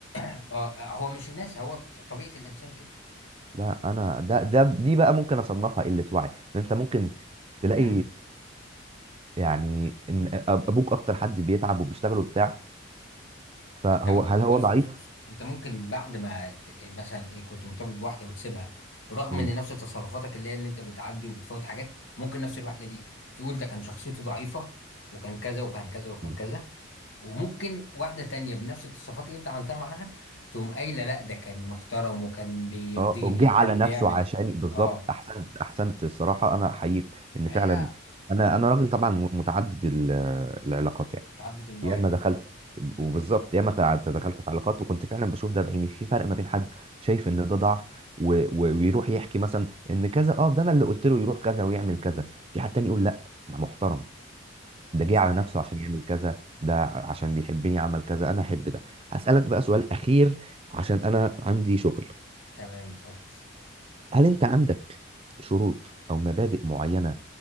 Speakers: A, on the left; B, on the right.
A: اه آه، هو مش الناس هو ط- طبيعة الانسان كده
B: لا انا ده ده دي بقى ممكن اصنفها قله وعي ان انت ممكن تلاقي
A: <clears throat>
B: يعني ان ابوك اكتر حد بيتعب وبيشتغل وبتاع فهو
A: انت ب-
B: هل هو
A: بص
B: ضعيف؟
A: بص بص انت ممكن بعد ما ت- مثلا ايه كنت مرتبط بواحده وتسيبها رغم
B: مم.
A: ان نفس تصرفاتك اللي هي ان انت بتعدي وبتفوت حاجات ممكن نفس الواحده دي تقول ده كان شخصيته ضعيفه وكان كذا وكان كذا وكان
B: مم.
A: كذا وممكن واحده تانية بنفس التصرفات اللي انت عملتها معاها تقوم قايله لا ده كان محترم وكان بيرضيني
B: اه جه على
A: كان
B: نفسه
A: بيعمل
B: عشان بالظبط
A: اه
B: احسنت احسنت الصراحه انا احييك ان
A: هي
B: فعلا انا انا راجل طبعا متعدد ال- العلاقات يعني
A: تعدد المواهب
B: ياما دخلت وبالظبط ياما تع- دخلت في علاقات وكنت فعلا بشوف ده بعيني في فرق ما بين حد شايف ان ده ضعف و... و... ويروح يحكي مثلا ان كذا اه ده انا اللي قلت له يروح كذا ويعمل كذا في حد تاني يقول لا ده محترم ده جه
A: <laughs> صحيح
B: على نفسه عشان يعمل كذا ده عشان بيحبني عمل كذا انا احب ده هسألك بقى سؤال اخير عشان انا عندي شغل
A: تمام اتفضل
B: هل انت عندك شروط او مبادئ معينة